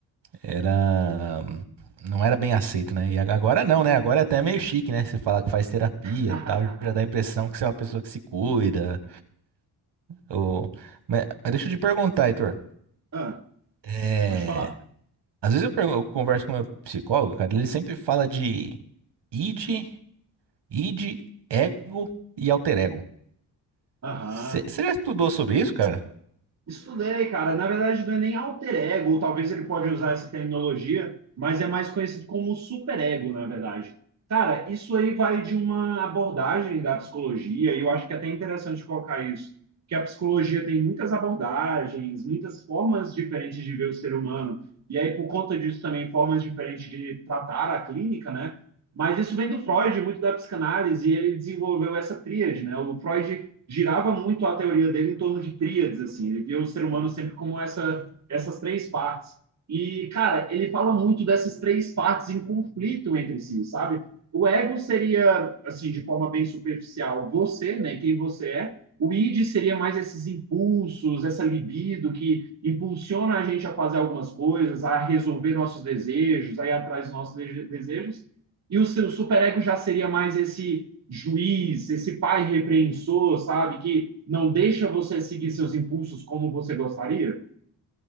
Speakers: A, on the right; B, on the right.
A: era não era bem aceito, né? E ag- agora não, né? Agora é até meio chique, né? Você falar que faz terapia,
B: <laughs>
A: e tal, já dá a impressão que você é uma pessoa que se cuida. Ou... Mas, mas deixa eu te perguntar, Heitor.
B: Ah,
A: É,
B: pode falar.
A: Às vezes eu, pergun- eu converso com o meu psicólogo, cara, ele sempre fala de id, id, ego e alter ego.
B: Aham.
A: Você já estudou sobre isso, cara?
B: Estudei, cara. Na verdade, não é nem alter ego, ou talvez ele pode usar essa terminologia, mas é mais conhecido como superego, na verdade. Cara, isso aí vai de uma abordagem da psicologia, e eu acho que é até interessante colocar isso, que a psicologia tem muitas abordagens, muitas formas diferentes de ver o ser humano, e aí por conta disso também formas diferentes de tratar a clínica, né? Mas isso vem do Freud, muito da psicanálise, e ele desenvolveu essa tríade, né? O Freud girava muito a teoria dele em torno de tríades, assim. Ele via o ser humano sempre como essa, essas três partes. E, cara, ele fala muito dessas três partes em conflito entre si, sabe? O ego seria, assim, de forma bem superficial, você, né? Quem você é. O id seria mais esses impulsos, essa libido que impulsiona a gente a fazer algumas coisas, a resolver nossos desejos, a ir atrás dos nossos desejos. E o seu superego já seria mais esse juiz, esse pai repreensor, sabe? Que não deixa você seguir seus impulsos como você gostaria?